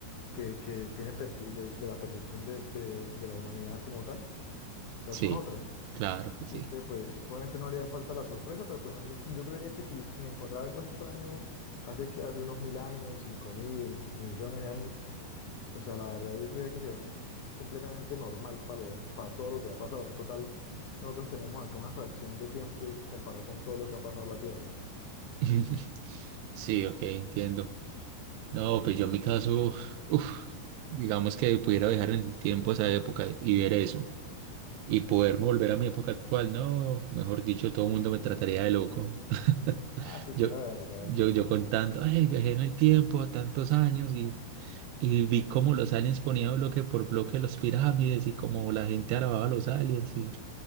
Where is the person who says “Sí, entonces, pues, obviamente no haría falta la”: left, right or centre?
Left